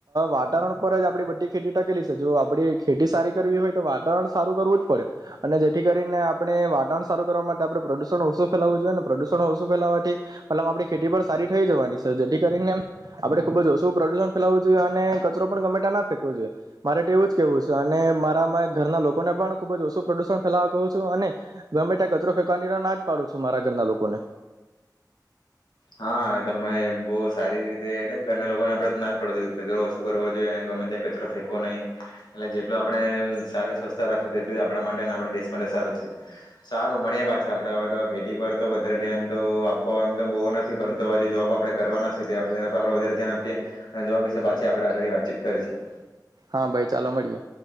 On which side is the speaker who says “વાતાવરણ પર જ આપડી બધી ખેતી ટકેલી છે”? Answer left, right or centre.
Right